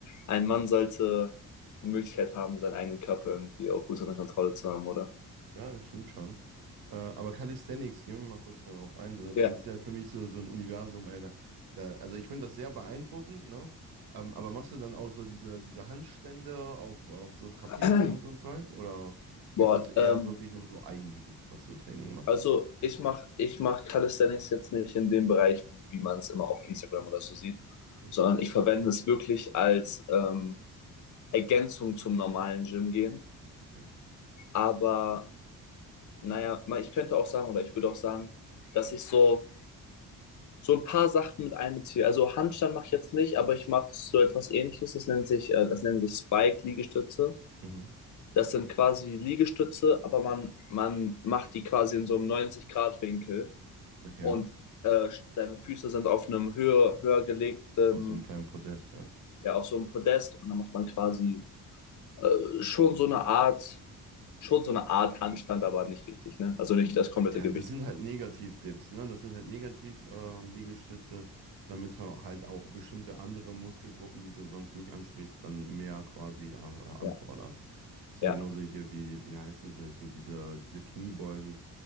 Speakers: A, on the left; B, on the right.
A: ein Mann sollte die Möglichkeit haben, seinen eigenen Körper irgendwie auch gut unter Kontrolle zu haben, oder?
B: Ja, das stimmt schon. Äh, aber Calisthenics, gehen wir mal kurz darauf ein. So, das
A: Ja.
B: ist ja für mich so, so ein Universum, ey. Da, da, also ich finde das sehr beeindruckend, ne? Ähm, aber machst du dann auch so diese, diese Handstände auf, auf so Trapezen
A: <clears throat>
B: und so ein Zeug? Oder ist
A: Boah,
B: das eher
A: ähm,
B: wirklich nur so Eigengewicht, was du Training machst?
A: also ich mache ich mach Calisthenics jetzt nicht in dem Bereich, wie man es immer auf Instagram oder so sieht,
B: Mhm,
A: sondern ich verwende es wirklich als ähm, Ergänzung zum normalen Gym gehen.
B: Okay.
A: Aber naja, mal- ich könnte auch sagen, oder ich würde auch sagen, dass ich so, so ein paar Sachen mit einbeziehe. Also Handstand mache ich jetzt nicht, aber ich mache so etwas Ähnliches. Das nennt sich, äh, das nennt sich Spike-Liegestütze.
B: Mhm.
A: Das sind quasi Liegestütze, aber man, man macht die quasi in so einem neunzig grad winkel
B: Okay.
A: und äh, seine Füße sind auf einem höher, höher gelegten,
B: Auf so einem kleinen Podest, ja.
A: ja, auf so einem Podest und dann macht man quasi äh, schon so eine Art, schon so eine Art Handstand, aber nicht richtig, ne? Also nicht das komplette
B: Ja,
A: Gewicht.
B: das sind halt Negativ-Dips, ne? Das sind halt Negativ-Liegestütze, damit du halt auch bestimmte andere Muskelgruppen, die du sonst nicht ansprichst, dann mehr quasi ja, äh,
A: Ja,
B: anforderst. Ist
A: ja,
B: ja genauso hier, wie, wie heißen sie hier, diese, diese Kniebeugen.